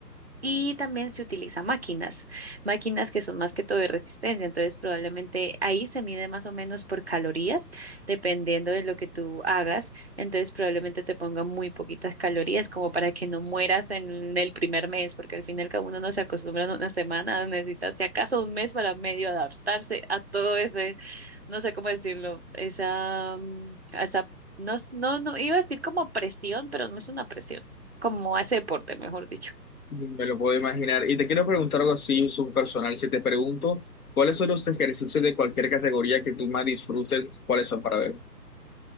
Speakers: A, on the right (about 40°); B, on the left (about 60°).
A: Y también se utiliza máquinas, máquinas que son más que todo de resistencia. Entonces, probablemente ahí se mide más o menos por calorías, dependiendo de lo que tú hagas. Entonces, probablemente te ponga muy poquitas calorías, como para que no mueras en el primer mes, porque al fin y al cabo uno no se acostumbra en una semana, necesitas si acaso un mes para medio adaptarse a todo ese no sé cómo decirlo, esa, mm, esa, no, s- no, no, iba a decir como presión, pero no es una presión, como ese deporte, mejor dicho.
B: Me lo puedo imaginar. Y te quiero preguntar algo así, subpersonal. Si te pregunto, ¿cuáles son los ejercicios de cualquier categoría que tú más disfrutes? ¿Cuáles son para ver?